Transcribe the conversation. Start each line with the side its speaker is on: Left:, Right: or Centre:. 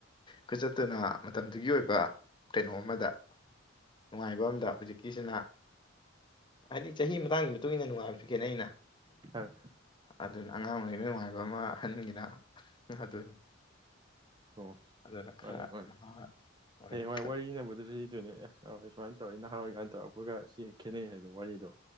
Left: ꯈꯨꯆꯠꯇꯨꯅ ꯃꯇꯝꯗꯨꯒꯤ ꯑꯣꯏꯕ ꯀꯩꯅꯣ ꯑꯃꯗ ꯅꯨꯡꯉꯥꯏꯕ ꯑꯃꯗ ꯍꯧꯖꯤꯛꯀꯤꯁꯤꯅ ꯍꯥꯏꯗꯤ ꯆꯍꯤ ꯃꯇꯥꯡꯒꯤ ꯃꯇꯨꯡ ꯃꯇꯨꯡ ꯏꯟꯅ ꯅꯨꯡꯉꯥꯏꯕꯁꯦ ꯈꯦꯟꯅꯩꯅ
Right: ꯑꯪ
Left: ꯑꯗꯨꯅ ꯑꯉꯥꯡ ꯑꯣꯔꯤꯉꯩꯅ ꯅꯨꯡꯉꯥꯏꯕ ꯑꯃ ꯑꯍꯥꯟꯈꯤꯅ ꯑꯗꯨꯅꯤ
Right: ꯑꯣ
Left: ꯑꯗꯨꯅ ꯈꯔ
Right: ꯃꯥꯅꯤ ꯃꯥꯅꯤ
Left: ꯅꯍꯥ ꯑꯣꯏꯔꯤꯉꯩꯁꯤꯗ
Right: ꯍꯌꯦꯡ ꯋꯥꯢ ꯋꯥꯔꯤ ꯂꯤꯅꯕꯗꯁꯨ ꯂꯤꯗꯣꯏꯅꯦ ꯑꯦ ꯑꯣꯏ ꯁꯨꯃꯥꯏꯅ ꯇꯧꯔꯛꯏ ꯅꯍꯥꯟꯋꯥꯏ ꯀꯥꯏꯅ ꯇꯧꯔꯛꯄꯒ ꯁꯤ ꯈꯦꯠꯅꯩ ꯍꯥꯏꯗꯣ ꯋꯥꯔꯤꯗꯣ